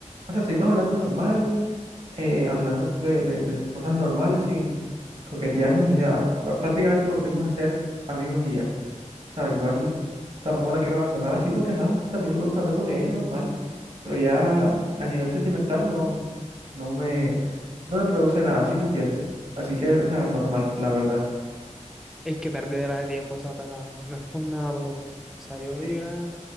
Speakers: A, on the right (about 50°); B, in the centre.
A: O sea, seguimos hablando normal, eh, hablando de, de- de cosas normales sin coquetearnos ni nada. Pr- Prácticamente volvimos a ser amigos y ya. O sea, igual tampoco la quiero abandonar así porque, ajá, también me gusta hablar con ella, normal. Pero ya a nivel sentimental no, no me, no me produce nada, ¿sí me entiendes? Así que, o sea, normal, la verdad.
B: Es que perderá de tiempo esa pelada, no, no es por nada, pero, o sea, yo lo
A: Es
B: hubiera, o